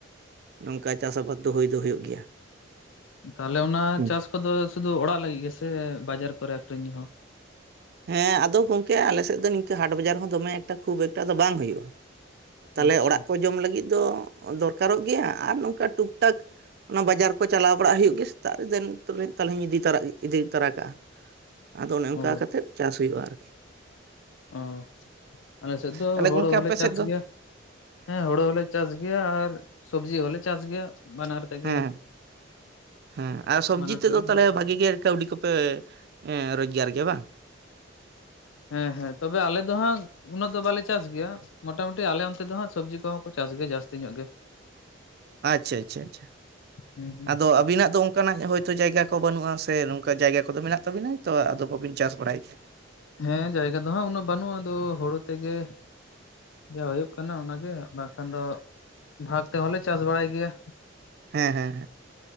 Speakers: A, on the right; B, on the left.
A: ᱱᱚᱝᱠᱟ ᱪᱟᱥ ᱟᱵᱟᱫᱽ ᱫᱚ ᱦᱩᱭ ᱫᱚ ᱦᱩᱭᱳᱜ ᱜᱮᱭᱟ᱾
B: ᱛᱟᱦᱞᱮ ᱚᱱᱟ
A: ᱦᱩᱸ
B: ᱪᱟᱥ ᱠᱚᱫᱚ ᱥᱩᱫᱩ ᱚᱲᱟᱜ ᱞᱟᱹᱜᱤᱫ ᱜᱮᱥᱮ ᱵᱟᱡᱟᱨ ᱠᱚᱨᱮ ᱟᱠᱷᱨᱤᱧ ᱦᱚᱸ?
A: ᱦᱮᱸ ᱟᱫᱚ ᱜᱚᱢᱠᱮ ᱟᱞᱮ ᱥᱮᱫ ᱫᱚ ᱱᱤᱝᱠᱟᱹ ᱦᱟᱴ ᱵᱟᱡᱟᱨ ᱦᱚᱸ ᱫᱚᱢᱮ ᱮᱠᱴᱟ ᱠᱷᱩᱵ ᱮᱠᱴᱟ ᱫᱚ ᱵᱟᱝ ᱦᱩᱭᱩᱜ-ᱟ᱾ ᱛᱟᱦᱚᱞᱮ
B: ᱟᱪᱪᱷᱟ
A: ᱚᱲᱟᱜ ᱠᱚ ᱡᱚᱢ ᱞᱟᱹᱜᱤᱫ ᱫᱚ ᱫᱚᱨᱠᱟᱨᱚᱜ ᱜᱮᱭᱟ ᱟᱨ ᱱᱚᱝᱠᱟ ᱴᱩᱠ ᱴᱟᱠ ᱚᱱᱟ ᱵᱟᱡᱟᱨ ᱠᱚ ᱪᱟᱞᱟᱣ ᱵᱟᱲᱟᱜ ᱦᱩᱭᱩᱜ ᱜᱮᱭᱟ ᱥᱮᱛᱟᱜ ᱨᱮ ᱫᱮᱱ ᱛᱟᱦᱚᱞᱮᱧ ᱤᱫᱤ ᱛᱟᱨᱟ ᱤᱫᱤ ᱛᱚᱨᱟ ᱠᱟᱜ-ᱟ ᱟᱫᱚ ᱚᱱᱮ
B: ᱚ
A: ᱚᱱᱠᱟ ᱠᱟᱛᱮᱫ ᱪᱟᱥ ᱦᱩᱭᱩᱜ-ᱟ ᱟᱨᱠᱤ᱾
B: ᱚ ᱟᱞᱮ ᱥᱮᱫ ᱫᱚ
A: ᱛᱟᱦᱚᱞᱮ
B: ᱦᱩᱲᱩ
A: ᱜᱚᱝᱠᱮ
B: ᱦᱚᱸᱞᱮ
A: ᱟᱯᱮ
B: ᱪᱟᱥ
A: ᱥᱮᱫ ᱫᱚ
B: ᱜᱮᱭᱟ ᱦᱮᱸ ᱦᱩᱲᱩ ᱦᱚᱸᱞᱮ ᱪᱟᱥ ᱜᱮᱭᱟ ᱟᱨ ᱥᱚᱵᱡᱤ ᱦᱚᱞᱮ ᱪᱟᱥ ᱜᱮᱭᱟ ᱵᱟᱱᱟᱨ ᱛᱮᱜᱮ
A: ᱦᱮᱸ ᱦᱮᱸ ᱦᱮᱸ ᱟᱨ ᱥᱚᱵᱡᱤ
B: ᱵᱟᱱᱟᱨ
A: ᱛᱮᱫᱚ
B: ᱛᱮᱜᱮ
A: ᱛᱟᱦᱚᱞᱮ ᱵᱷᱟᱜᱤ ᱜᱮ ᱠᱟᱹᱣᱰᱤ ᱠᱚᱯᱮ ᱮᱸ ᱨᱳᱡᱽᱜᱟᱨ ᱜᱮᱭᱟ ᱵᱟᱝ
B: ᱦᱮᱸ ᱦᱮᱸ ᱛᱚᱵᱮ ᱟᱞᱮ ᱫᱚ ᱦᱟᱸᱜ ᱩᱱᱟᱹᱜ ᱫᱚ ᱵᱟᱞᱮ ᱪᱟᱥ ᱜᱮᱭᱟ ᱢᱚᱴᱟᱢᱩᱴᱤ ᱟᱞᱮ ᱚᱱᱛᱮ ᱫᱚ ᱦᱟᱸᱜ ᱥᱚᱵᱽᱡᱤ ᱠᱚᱦᱚᱸ ᱠᱚ ᱪᱟᱥ ᱜᱮᱭᱟ ᱡᱟᱹᱥᱛᱤ ᱧᱚᱜ ᱜᱮ
A: <unintelligible> ᱟᱪᱪᱷᱟ ᱟᱪᱪᱷᱟ ᱟᱪᱪᱷᱟ
B: ᱦᱩᱸ ᱦᱩᱸ
A: ᱟᱫᱚ ᱟᱹᱵᱤᱱᱟᱜ ᱫᱚ ᱚᱱᱠᱟᱱᱟᱜ ᱦᱳᱭᱛᱳ ᱡᱟᱭᱜᱟ ᱠᱚ ᱵᱟᱹᱱᱩᱜ-ᱟ ᱥᱮ ᱚᱱᱠᱟ ᱡᱟᱭᱜᱟ ᱠᱚᱫᱚ ᱢᱮᱱᱟᱜ ᱛᱟᱵᱤᱱᱟ ᱛᱚ ᱟᱫᱚ ᱵᱟᱵᱤᱱ ᱪᱟᱥ ᱵᱟᱲᱟᱭ ᱜᱮᱭᱟ
B: ᱦᱮᱸ ᱡᱟᱭᱜᱟ ᱫᱚ ᱦᱟᱸᱜ ᱩᱱᱟᱹᱜ ᱵᱟᱹᱱᱩᱜ-ᱟ ᱟᱫᱚ ᱦᱩᱲᱩ ᱛᱮᱜᱮ ᱡᱟ ᱦᱩᱭᱩᱜ ᱠᱟᱱᱟ ᱚᱱᱟᱜᱮ ᱵᱟᱠᱷᱟᱱ ᱫᱚ ᱵᱷᱟᱜᱽ ᱛᱮᱦᱚᱸᱞᱮ ᱪᱟᱥ ᱵᱟᱲᱟᱭ ᱜᱮᱭᱟ᱾
A: ᱦᱮᱸ ᱦᱮᱸ